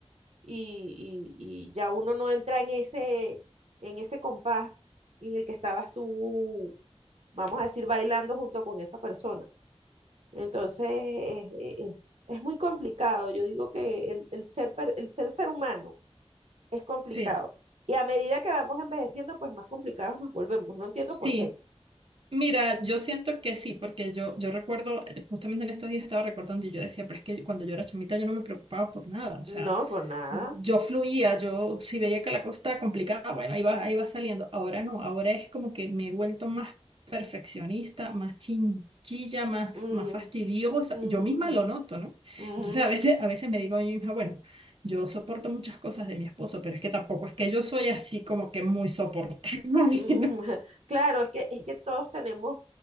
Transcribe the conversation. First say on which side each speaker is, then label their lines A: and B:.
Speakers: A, on the right; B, on the right.
A: y, y, y ya uno no entra en ese, en ese compás en el que estabas tú, vamos a decir, bailando junto con esa persona. Entonces, eh, eh, eh, es muy complicado. Yo digo que el, el ser, per- el ser ser humano es complicado.
B: Sí,
A: Y a medida que vamos envejeciendo, pues más complicados nos volvemos. No entiendo
B: sí.
A: por qué.
B: Mira, yo siento que sí, porque yo, yo recuerdo, eh, justamente en estos días estaba recordando y yo decía, pero es que cuando yo era chamita yo no me preocupaba por nada, o sea,
A: No, por nada.
B: yo fluía, yo si veía que la cosa estaba complicada, bueno, ahí va, ahí va saliendo. Ahora no, ahora es como que me he vuelto más perfeccionista, más chinchilla, más,
A: Mm,
B: más fastidiosa.
A: mm,
B: Yo misma
A: mm,
B: lo noto, ¿no?
A: mm,
B: Entonces a veces, a veces me digo a mí misma, bueno, yo soporto muchas cosas de mi esposo, pero es que tampoco es que yo soy así como que muy soportable,
A: mm.
B: <laughs> ¿no?
A: <laughs> Claro, es que, es que todos tenemos